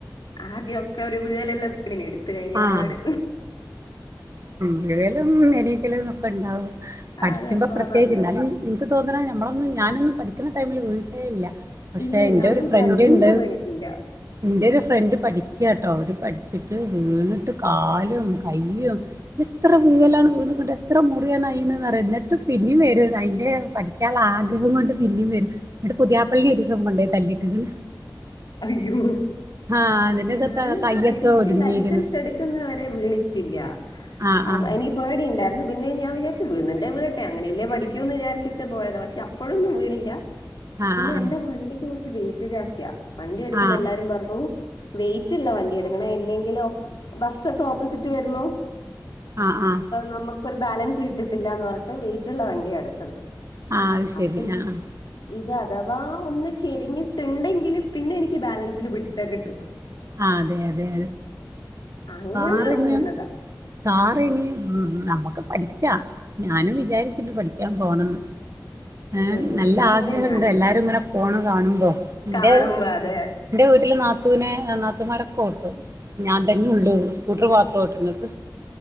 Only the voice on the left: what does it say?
ആദ്യൊക്കൊരു വീഴലെല്ലാം വീണീന് ഇട്ത്ത കഴിഞ്ഞപാട്
അതെ സ്വാഭാവികം
ഇല്ല
ഞാനും
പഠിക്കുമ്പോ വീണിട്ടില്ല
അയ്യോ
ഞാന്
പഠിച്ച്
ലൈ സെൻസെട്ക്ക്ന്ന വരെ വിണ്റ്റ്ല്ല
അവ
എനി പേടിണ്ടായിര്ന്ന് പിന്നെ ഞാന് വിചാരിച്ചു വീഴ്ന്ന്ണ്ടേ വീഴട്ടെ അങ്ങനെയല്ലേ പഠിക്ക്യുന്ന് വിചാരിച്ചിട്ട് പോയതാ പക്ഷെ അ പ്പഴൊന്നും വീണില്ല
പിന്നെ എന്റെ വണ്ടിക്ക് കൊറച്ച് വെയിറ്റ് ജാസ്ത്ത്യ വണ്ടി എട്ക്കുമ്പോ
എല്ലാരും പറഞ്ഞു വെയയിറ്റ്ള്ള വണ്ടി എട്ക്കണം ഇല്ലെങ്കിലൊ ബസ്സോക്കെ ഓപ്പോസിറ്റ് വര്മ്പോ
നമുക്കൊരു ബാലൻസ് കിട്ടിത്തില്ല എന്ന് പറഞ്ഞിട്ട് വെയിറ്റ്ള്ള വണ്ടിയാണ് എട്ത്തത്
അപ്പം
ഇത് അഥവാ ഒന്ന് ചെരിഞ്ഞ്ട്ട് ണ്ടെങ്കിലും പിന്നെ എനിക്ക് ബാലൻസിന് പിടിച്ചാ കിട്ടൂ
അങ്ങനെ
വീണതാ
എനിക്കുണ്ട്
ഞാന്
കാണുമ്പോ
അതെ